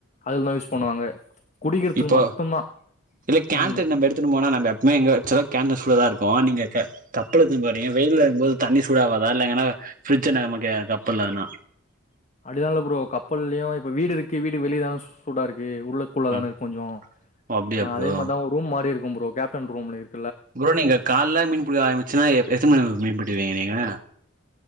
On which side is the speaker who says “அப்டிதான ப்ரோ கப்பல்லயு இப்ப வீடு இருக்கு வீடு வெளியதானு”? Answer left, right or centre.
Left